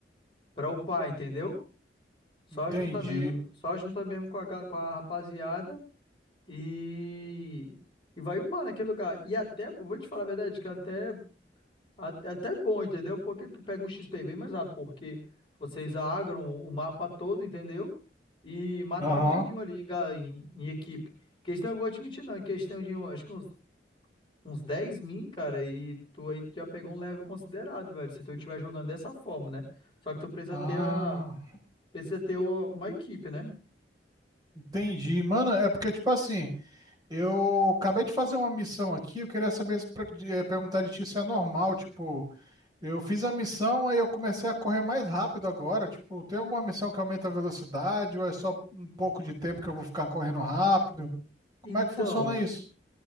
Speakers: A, on the left (about 30°); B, on the right (about 25°).
A: pra upar, entendeu? Só
B: Entendi.
A: junta mesmo, só junta mesmo com a, ga- com a rapaziada E, e vai upar naquele lugar. E até, vou te falar a verdade, que até, até, até bom, entendeu? Porque tu pega um XP bem mais rápido, porque vocês agram o mapa todo, entendeu? E mata
B: Aham.
A: rapidinho ali em, ga- em, em equipe. Questão, eu vou te mentir, não, em questão de, eu acho que uns, uns dez min, cara, e tu aí já pegou um level considerado, velho, se tu estiver jogando dessa forma, né? Só que tu precisa
B: Ah,
A: ter a, precisa ter o- uma equipe, né?
B: entendi. Mano, é porque, tipo assim, eu acabei de fazer uma missão aqui, eu queria saber, se pra- de- eh, perguntar de ti se é normal, tipo. Eu fiz a missão, aí eu comecei a correr mais rápido agora. Tipo, tem alguma missão que aumenta a velocidade ou é só um pouco de tempo que eu vou ficar correndo rápido? Como
A: Então,
B: é que funciona isso?